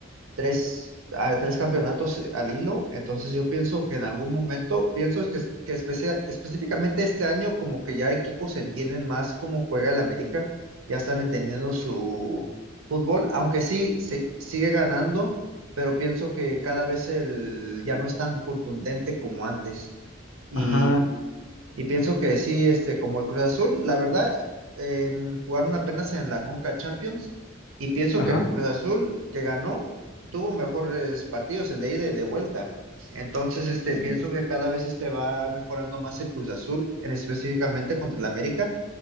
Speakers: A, on the right; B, on the left.
A: tres, a- tres campeonatos eh, al hilo, entonces yo pienso que en algún momento, pienso es que, que especia- específicamente este año como que ya equipos entienden más cómo juega el América, ya están entendiendo su fútbol, aunque sí se, sigue ganando, pero pienso que cada vez el, ya no es tan contundente como antes. Y
B: Ajá,
A: y pienso que sí, este, como el Cruz Azul, la verdad, en- jugaron apenas en la Conca Champions y pienso
B: ajá.
A: que el Cruz Azul que ganó tuvo mejores partidos, el de ida y de vuelta. Entonces, este,
B: Ok.
A: pienso que cada vez este va mejorando más el Cruz Azul, en específicamente contra el América